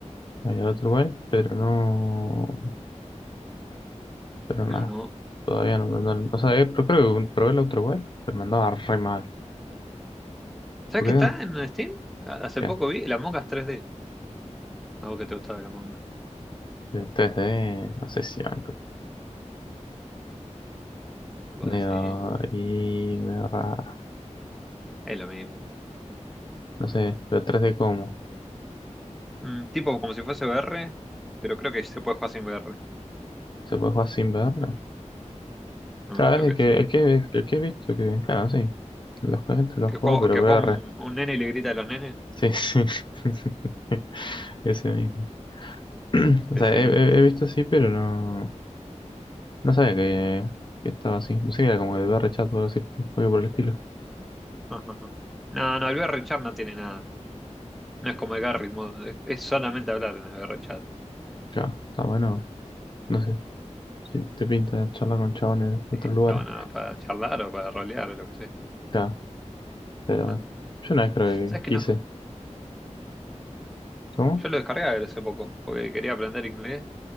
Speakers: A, on the left; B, in the centre.
A: ahí al
B: Mm,
A: otro igual, pero no. Pero nada.
B: Pero no.
A: Todavía no, no, no- o sea, eh, pro- creo que probé el otro igual, pero me andaba re mal.
B: ¿Sabes
A: Porque,
B: que está en Steam? A- Hace
A: ¿qué?
B: poco vi el Among Us 3D. Algo que te gustaba el Among Us.
A: De 3D, no sé si van
B: Vos
A: Medio.
B: decís,
A: Y. medio raro.
B: es lo mismo.
A: No sé, pero tres d cómo.
B: Mm, tipo como si fuese VR, pero creo que se puede jugar sin VR.
A: ¿Se puede jugar sin verlo?
B: No,
A: Claro,
B: creo
A: es el
B: que
A: que,
B: sí.
A: el que, el que he visto que. Claro, sí. La gente lo
B: Que
A: juego,
B: juega,
A: pero
B: que
A: VR.
B: juega un, un nene y le grita a los nenes,
A: Sí, sí. <laughs> Ese mismo. <clears throat>
B: es
A: O sea,
B: el
A: he,
B: mismo.
A: he-
B: sí.
A: he visto así, pero no, no sabía que, que estaba así. No sé que era como de barra chat o algo así, algo por el estilo.
B: <laughs> No, no, el VR chat no tiene nada. No es como el Garry's Mod, es, es solamente hablar en el VR chat.
A: Claro, está bueno. No sé, si te pinta charlar con chabones de
B: Eh,
A: otros
B: estaba
A: lugares.
B: nada para charlar o para rolear o lo que sea.
A: Claro, pero
B: No.
A: bueno. Yo una vez creo
B: ¿Sabes
A: que
B: que
A: quise.
B: no?
A: ¿Cómo?
B: Yo lo descargué hace poco, porque quería aprender inglés